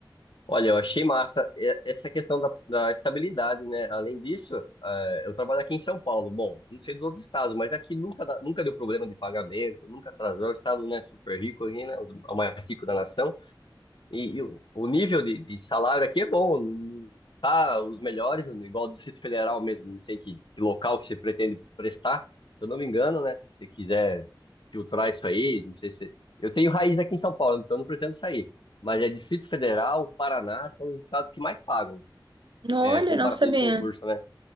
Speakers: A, on the left; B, on the right.
A: Olha, eu achei massa e- essa questão da, da estabilidade, né? Além disso, eh, eu trabalho aqui em São Paulo. Bom, não sei dos outros estados, mas aqui nunca, dá- nunca deu problema de pagamento, nunca atrasou. O estado, né, super rico aqui, né? O mais rico da nação. E, e o o nível de, de salário aqui é bom, não tá os melhores, igual o Distrito Federal mesmo, não sei que, que local que você pretende prestar, se eu não me engano, né? Se você quiser filtrar isso aí, não sei se. Eu tenho raiz aqui em São Paulo, então eu não pretendo sair. Mas é Distrito Federal, Paraná, são os estados que mais pagam,
B: Olha,
A: é, comparações
B: não sabia.
A: de concurso, né?